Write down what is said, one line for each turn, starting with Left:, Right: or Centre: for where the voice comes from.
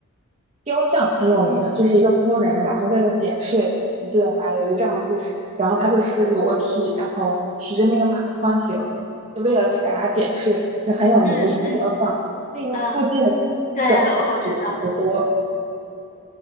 Right: 雕像很有名，就是一个夫人，然后为了减税，你记得吧？有一个这样的故事，然后她就是裸体，然后骑着那个马穿行，就为了给大家减税，就很有名的一个雕像。
Left: 嗯嗯，
Right: 那个附近
Left: 嗯，
Right: 小松鼠很多，
Left: 对，我我知道，